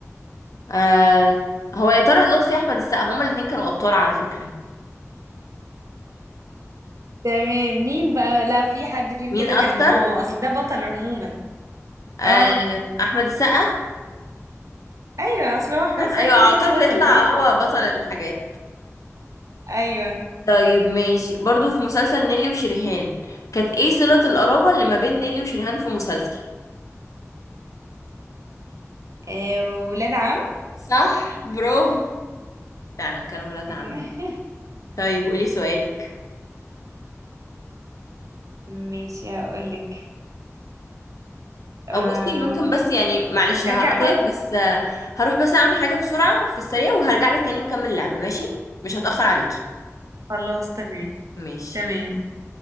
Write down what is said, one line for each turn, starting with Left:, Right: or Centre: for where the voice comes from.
Left: آه هو يا طارق لطفي أحمد السقا هما الاتنين كانوا أبطال على فكرة
Right: تمام مين بقى لا في حد فيهم
Left: مين
Right: كده
Left: أكتر
Right: كان ما هو اصل ده بطل عموما
Left: آه
Right: اه
Left: أحمد السقا
Right: ايوه اصل هو احمد
Left: صح؟
Right: السقا
Left: أيوة
Right: كده
Left: على
Right: كده
Left: طول بيطلع
Right: بطل فاهم
Left: هو بطل الحاجات
Right: ايوه
Left: طيب ماشي برضو في مسلسل نيلي وشريهان كانت ايه صلة القرابة اللي ما بين نيلي وشريهان في مسلسل
Right: آه، ولاد عم
Left: صح برافو فعلا كانوا ولاد
Right: ايوه
Left: عم طيب قولي سؤالك
Right: <laughs> ماشي هقولك آه...
Left: او بصي ممكن بس يعني معلش هقطعك
Right: نرجع لورا
Left: بس آه، هروح بس اعمل حاجة بسرعة في السريع وهرجع لك تاني نكمل اللعبة ماشي مش هتأخر عليكي
Right: خلاص تمام
Left: ماشي
Right: تمام